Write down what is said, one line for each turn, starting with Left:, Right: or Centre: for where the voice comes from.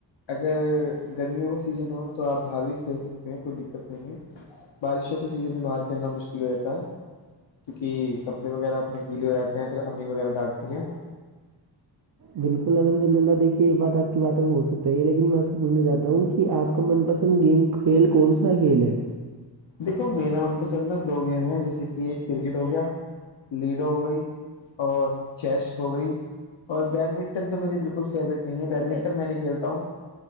Left: اگر گرمیوں کا سیزن ہو تو آپ باہر بھی کھیل سکتے ہیں کوئی دقت نہیں ہے بارشوں کے سیزن میں باہر کھیلنا مشکل ہو جاتا ہے کیونکہ کپڑے وغیرہ میں گیلے ہوجاتے ہیں پھر امی وغیرہ ڈانٹتی ہیں
Right: بالکل الحمد للہ دیکھے یہ بات کی باتوں بھی ہو چکی ہے لیکن میں بولنا چاہتا ہوں کہ آپ کا من پسند گیم کھیل کون سا کھیل ہے
Left: دیکھو میرا من پسند دو گیم ہے جیسے کہ ایک کرکٹ ہو گیا لیڈو ہو گئی اور چیس ہو گئی اور بیڈمنٹن تو میری بالکل فیوریٹ نہیں ہے بیڈمنٹن میں نہیں کھیلتا ہوں